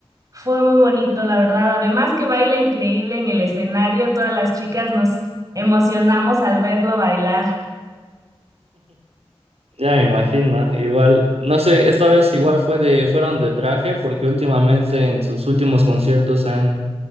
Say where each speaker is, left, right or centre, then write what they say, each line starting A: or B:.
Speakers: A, on the right; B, on the right.
A: fue muy bonito, la verdad. Además que baila increíble en el escenario, todas las chicas nos emocionamos al verlo bailar.
B: Ya me imagino, igual, no sé, esta vez igual fue de, fueron de traje, porque últimamente en sus últimos conciertos han,